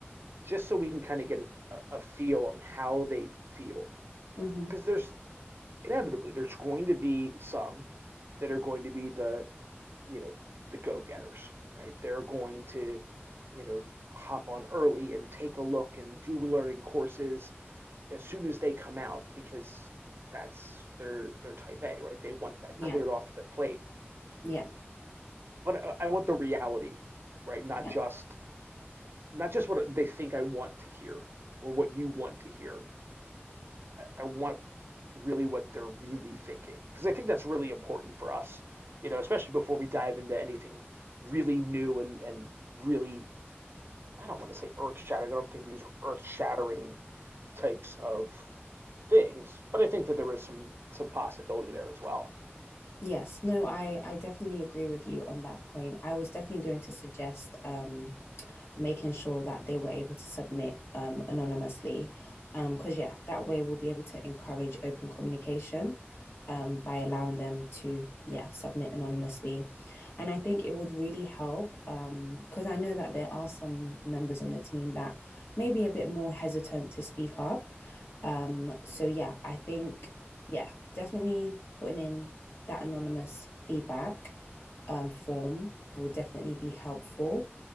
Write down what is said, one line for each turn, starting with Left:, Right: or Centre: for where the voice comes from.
Right: just so we can kind of get a, a feel on how they feel
Left: hmm
Right: because there's inevitably there's going to be some that are going to be the you know the go-getters right they're going to you know hop on early and take a look and do learning courses as soon as they come out because that's their their type A, right? They want that
Left: Yeah.
Right: cleared off their plate.
Left: Yeah.
Right: But I, I want the reality, right? Not
Left: Yeah.
Right: just not just what they think I want to hear or what you want to hear. I, I want really what they're really thinking because I think that's really important for us, you know, especially before we dive into anything really new and and really I don't want to say earth shattering. I don't think these are earth shattering types of things, but I think that there is some some possibility there as well.
Left: Yes. No, I I definitely agree with you on that point. I was definitely going to suggest um making sure that they were able to submit um, anonymously. Because, um, yeah, that way we'll be able to encourage open communication um, by allowing them to yeah submit anonymously and i think it would really help because um, i know that there are some members on the team that may be a bit more hesitant to speak up um, so yeah i think yeah definitely putting in that anonymous feedback um, form will definitely be helpful